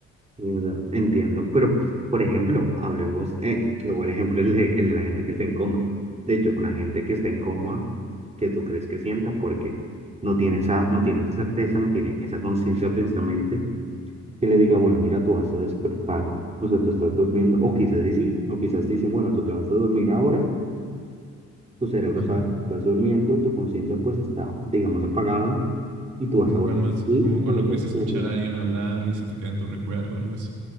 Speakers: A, on the right (about 20°); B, on the right (about 80°).
A: Sí, o sea, entiendo, pero por ejemplo, hablemos, eh, qué buen ejemplo es el de, el de la gente que está en coma. De hecho, una gente que está en coma, que tú crees que sienta, porque no tiene esa, no tiene esa certeza, no tiene esa conciencia precisamente que le diga, bueno, mira, tú vas a despertar, o sea, tú estás durmiendo, o quizás y sí, o quizás dicen, bueno, tú te vas a dormir ahora, tu cerebro
B: Ajá.
A: sabe que estás durmiendo, tu conciencia pues está, digamos, apagada, y tú vas
B: Como
A: a volver,
B: cuando,
A: y
B: como
A: cuando
B: cuando
A: te
B: crees
A: vas
B: escuchar
A: a dormir.
B: a alguien hablar y se te queda en tu recuerdo, algo así.